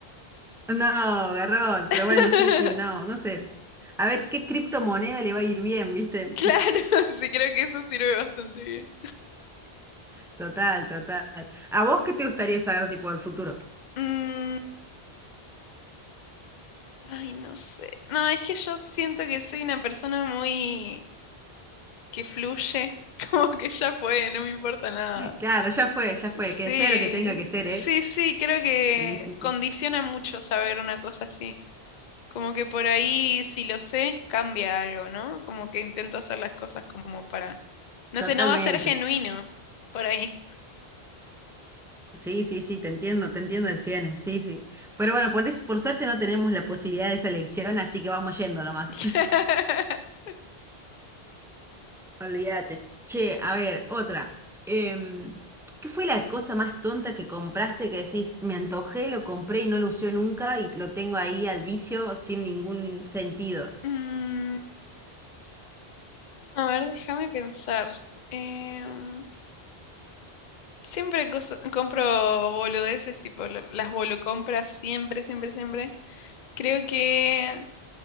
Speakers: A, in the centre; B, on the left.
A: No, error,
B: <laughs>
A: pero bueno, sí, sí, no, no sé. A ver qué criptomoneda le va a ir bien, ¿viste?
B: Claro, <laughs> sí, creo que eso sirve bastante bien.
A: Total, total. ¿A vos qué te gustaría saber, tipo, del futuro?
B: Mm, ay, no sé. No, es que yo siento que soy una persona muy que fluye, <laughs> como que ya fue, no me importa nada.
A: Claro, ya fue, ya fue.
B: Sí,
A: Que sea lo que tenga que ser,
B: sí,
A: ¿eh?
B: sí, creo que
A: Sí, sí, sí.
B: condiciona mucho saber una cosa así. Como que por ahí, si lo sé, cambia algo, ¿no? Como que intento hacer las cosas como para... No
A: Totalmente.
B: sé, no va a ser genuino por ahí.
A: Sí, sí, sí, te entiendo, te entiendo el 100, sí, sí. Pero bueno, por, es- por suerte no tenemos la posibilidad de esa elección, así que vamos yendo nomás.
B: <laughs>
A: <laughs> Olvídate. Che, a ver, otra. Em, ¿qué fue la cosa más tonta que compraste que decís, me antojé, lo compré y no lo usé nunca y lo tengo ahí al vicio sin ningún sentido?
B: Mm, a ver, déjame pensar. Em, siempre coso- compro boludeces, tipo la- las bolucompras, siempre, siempre, siempre. Creo que